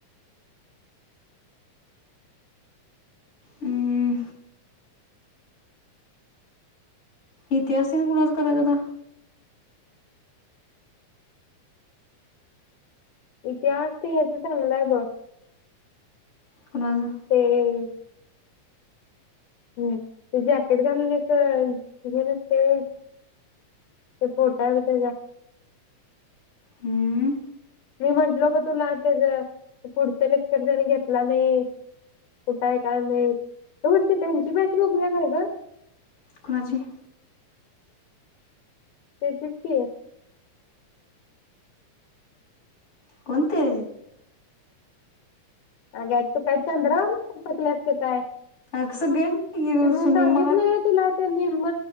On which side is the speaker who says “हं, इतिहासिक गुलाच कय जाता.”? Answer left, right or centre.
Left